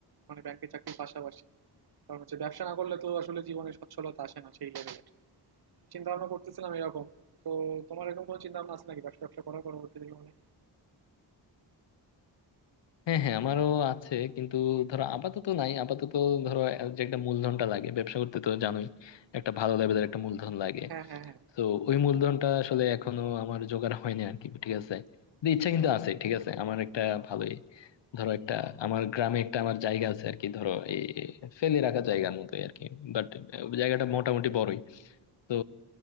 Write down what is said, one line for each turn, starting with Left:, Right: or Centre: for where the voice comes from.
Right: মানে ব্যাংকের চাকরির পাশাপাশি কারণ হচ্ছে ব্যবসা না করলে তো আসলে জীবনে সচ্ছলতা আসে না সেই লেভেলে চিন্তা ভাবনা করতেছিলাম এরকম তো তোমার এরকম কোনো চিন্তা ভাবনা আছে নাকি ব্যবসা ট্যাবসা করার পরবর্তীতে জীবনে
Left: হ্যাঁ হ্যাঁ আমারও আছে কিন্তু ধরো আপাতত নাই আপাতত ধরো যে একটা মূলধনটা লাগে ব্যবসা করতে তো জানোই একটা ভালো লেভেলের একটা মূলধন লাগে
Right: হ্যাঁ হ্যাঁ হ্যাঁ
Left: তো ওই মূলধনটা আসলে এখনো আমার জোগাড় হয়নি আর কি ঠিক আছে কিন্তু ইচ্ছা কিন্তু আছে ঠিক আছে আমার একটা ভালোই ধরো একটা আমার গ্রামে একটা আমার জায়গা আছে আর কি ধরো এই ফেলে রাখা জায়গার মতোই আর কি বাট জায়গাটা মোটামুটি বড়ই তো